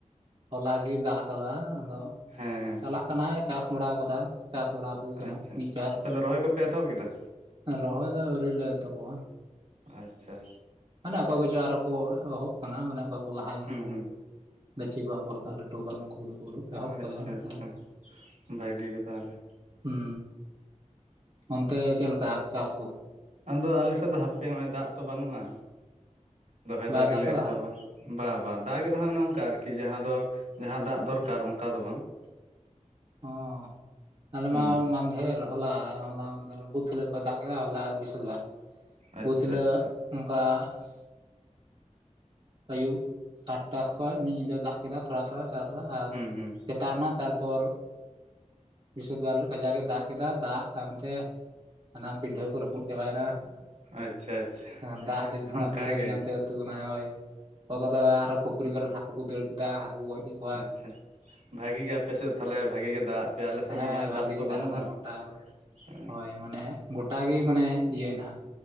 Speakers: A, on the right; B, on the right.
A: ᱦᱚᱞᱟ ᱜᱤ ᱫᱟᱜ ᱟᱠᱟᱫᱟ ᱟᱫᱚ
B: ᱦᱮᱸ ᱦᱮᱸ
A: ᱞᱟᱜ ᱠᱟᱱᱟᱭ ᱪᱟᱥ ᱵᱟᱲᱟᱣᱟᱠᱟᱫᱟ ᱪᱟᱥ ᱵᱟᱲᱟ ᱦᱩᱭ ᱟᱠᱟᱱᱟ
B: ᱟᱪᱪᱷᱟ
A: ᱢᱤᱫ ᱪᱟᱥ
B: ᱟᱯᱮ ᱫᱚ ᱨᱚᱦᱚᱭ ᱠᱚᱯᱮ ᱮᱛᱚᱦᱚᱵ ᱠᱮᱫᱟ
A: ᱨᱚᱦᱚᱭ ᱫᱚ ᱟᱹᱣᱨᱤ ᱞᱮ ᱮᱛᱚᱵᱚᱼᱟ
B: ᱟᱪᱪᱷᱟ
A: ᱢᱮᱱᱟᱜ ᱠᱚᱣᱟ ᱜᱚ ᱚᱠᱚᱭ ᱠᱚᱪᱚ ᱟᱨ ᱠᱚ ᱮᱦᱚᱵ ᱟᱠᱟᱱᱟ ᱢᱟᱱᱮ ᱚᱠᱚᱠᱟ ᱠᱚ ᱞᱟᱦᱟ ᱧᱚᱜ
B: ᱦᱩᱸ
A: ᱠᱚ
B: ᱦᱩᱸ
A: ᱪᱷᱤ ᱠᱚ ᱯᱚᱨ ᱠᱟᱜ ᱞᱟᱹᱴᱩ ᱠᱟᱱ ᱩᱱᱠᱩ ᱫᱚᱠᱚ ᱮᱦᱚᱵ ᱠᱟᱭᱟ
B: ᱟᱪᱪᱷᱟ ᱟᱪᱪᱷᱟ
A: ᱟᱨ
B: ᱵᱷᱟᱜᱤ ᱜᱮ ᱛᱟᱦᱚᱞᱮ
A: ᱦᱩᱸ ᱚᱱᱛᱮ ᱪᱮᱫ ᱞᱮᱠᱟ ᱪᱟᱥ ᱠᱚ?
B: ᱟᱫᱚ ᱟᱞᱮ ᱥᱮᱫ ᱫᱚ ᱦᱟᱯᱮ ᱦᱚᱸᱜᱼᱚᱭ ᱫᱟᱜ ᱛᱚ ᱵᱟᱹᱱᱩᱜᱼᱟ, ᱨᱚᱦᱚᱭ
A: ᱵᱟᱭ
B: ᱫᱚ ᱟᱹᱣᱨᱤᱞᱮ
A: ᱫᱟᱜ ᱠᱟᱫᱟ
B: ᱮᱛᱚᱦᱚᱵᱟ ᱵᱟ ᱵᱟ ᱫᱟᱜᱮᱫ ᱨᱮᱦᱚᱸᱭ ᱚᱱᱮ ᱚᱱᱠᱟ ᱟᱨᱠᱤ ᱡᱟᱦᱟᱸ ᱫᱚ ᱡᱟᱦᱟᱸ ᱫᱟᱜ ᱫᱚᱨᱠᱟᱨ ᱚᱱᱠᱟ ᱫᱚ ᱵᱟᱝ <inaudible>
A: ᱚᱸ ᱟᱞᱮᱢᱟ
B: ᱦᱩᱸ
A: ᱢᱟᱱᱫᱷᱮᱨ ᱦᱚᱞᱟ ᱦᱚᱞᱟ ᱢᱟᱫᱷᱮᱨ ᱵᱩᱛ ᱦᱤᱞᱚᱜ ᱠᱚᱭ ᱫᱟᱜ ᱠᱮᱫᱟ ᱦᱚᱞᱟ ᱵᱤᱥᱟᱞ ᱫᱟᱜ
B: ᱟᱪᱪᱷᱟ
A: ᱵᱩᱛ ᱦᱤᱞᱚᱜ
B: ᱟᱪᱪᱷᱟ
A: ᱚᱱᱠᱟ ᱟᱸᱥ ᱟᱹᱭᱩᱵ ᱥᱟᱛᱴᱟ ᱠᱷᱚᱡ ᱢᱤᱫ ᱧᱤᱫᱟᱹ ᱫᱟᱜ ᱠᱮᱫᱟ ᱛᱷᱚᱲᱟ ᱛᱷᱚᱲᱟ ᱪᱟᱥ ᱟᱨ
B: ᱦᱩᱸ ᱦᱩᱸ
A: ᱥᱮᱛᱟᱜ ᱮᱱᱟ ᱛᱟᱨᱯᱚᱨ ᱵᱤᱥᱩᱫ ᱵᱟᱞ ᱠᱟᱡᱟᱠᱜᱮ ᱫᱟᱜ ᱠᱮᱫᱟ ᱫᱟᱜ ᱛᱟᱭᱚᱢᱛᱮ ᱥᱟᱱᱟᱢ ᱯᱤᱰᱷᱟᱹ ᱠᱚ ᱨᱟᱹᱯᱩᱫ ᱪᱟᱵᱟᱭᱮᱱᱟ,
B: ᱟᱪᱪᱷᱟ ᱟᱪᱪᱷᱟ
A: ᱦᱚᱸ ᱚ, ᱫᱟᱜ ᱪᱮᱛᱟᱱ
B: ᱚᱱᱠᱟ
A: ᱚᱱᱟ ᱯᱤᱰᱷᱟᱹ
B: ᱜᱮ
A: ᱪᱮᱛᱟᱱ ᱛᱮ ᱟᱹᱛᱩᱜ ᱠᱟᱱᱟ ᱦᱚᱭ, ᱚᱠᱚᱭ ᱠᱚᱫᱚ ᱟᱨᱚᱦᱚ ᱯᱩᱠᱷᱨᱤ ᱠᱚᱨᱮ ᱦᱟᱹᱠᱩ ᱠᱚ ᱫᱟᱹᱲ ᱠᱮᱫᱟ ᱦᱟᱠᱩ ᱜᱚᱡ ᱠᱮᱫ ᱠᱚᱣᱟ
B: ᱟᱪᱪᱷᱟ, ᱵᱷᱟᱹᱜᱤ ᱜᱮ ᱟᱯᱮ ᱥᱮᱫ ᱛᱟᱦᱚᱞᱮ ᱵᱷᱟᱹᱜᱤ ᱜᱮ ᱫᱟᱜ ᱟᱫ ᱯᱮᱭᱟ ᱟᱞᱮᱥᱮᱫ
A: ᱦᱮᱸ
B: ᱫᱚ ᱱᱚᱜᱼᱚᱭ
A: ᱵᱷᱟᱞᱤ
B: ᱫᱟᱜ ᱛᱚ
A: ᱜᱮ
B: ᱵᱟᱹᱱᱩᱜᱼᱟ
A: ᱟᱫᱟ ᱜᱚᱴᱟ
B: ᱦᱮᱸ
A: ᱦᱳᱭ ᱢᱟᱱᱮ ᱜᱚᱴᱟ ᱜᱮ ᱢᱟᱱᱮ ᱤᱭᱟᱹᱭᱱᱟ,